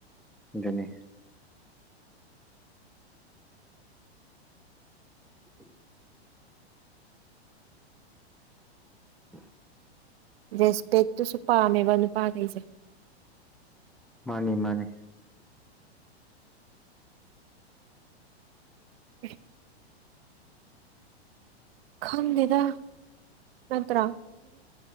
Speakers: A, in the centre; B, on the right.
A: ꯑꯗꯨꯅꯤ ꯎꯝ ꯑ
B: ꯔꯦꯁꯄꯦꯠ ꯇ ꯁꯄꯥꯥ ꯃ ꯋꯥꯅ ꯄꯥ ꯀꯩꯁ
A: ꯃꯥꯅꯤ ꯃꯥꯅꯤ
B: ꯑ ꯈꯪꯗꯦꯗ ꯅꯠꯇ꯭ꯔ